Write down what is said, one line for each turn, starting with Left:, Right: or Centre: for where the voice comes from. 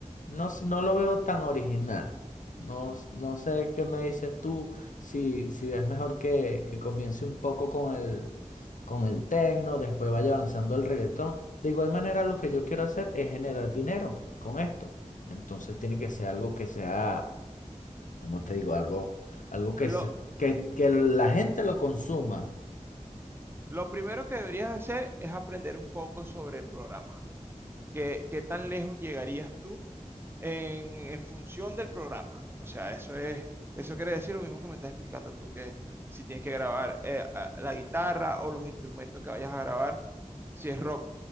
Left: No, s- no lo veo tan original. No, s- no sé qué me dices tú, si, si es mejor que, que comience un poco con el, con el tecno, después vaya avanzando al reggaetón. De igual manera, lo que yo quiero hacer es generar dinero con esto. Entonces tiene que ser algo que sea, como te digo? Algo, algo que,
Right: Lo,
Left: se- que, que la gente lo consuma.
Right: lo primero que deberías hacer es aprender un poco sobre el programa. ¿Qué, qué tan lejos llegarías tú? en, en función del programa. O sea, eso es, eso quiere decir lo mismo que me estás explicando tú, que si tienes que grabar eh, a- la guitarra o los instrumentos que vayas a grabar, si es rock.